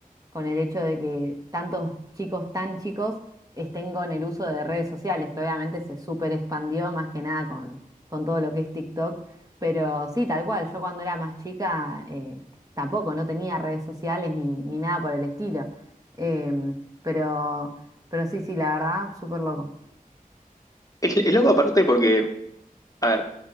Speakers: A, on the right; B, on the left.
A: con el hecho de que tantos chicos tan chicos estén con el uso de redes sociales, que obviamente se súper expandió más que nada con, con todo lo que es TikTok, pero sí, tal cual, yo cuando era más chica eh, tampoco, no tenía redes sociales ni, ni nada por el estilo, Em, pero, pero sí, sí, la verdad, súper loco.
B: Es, es loco aparte porque, a ver,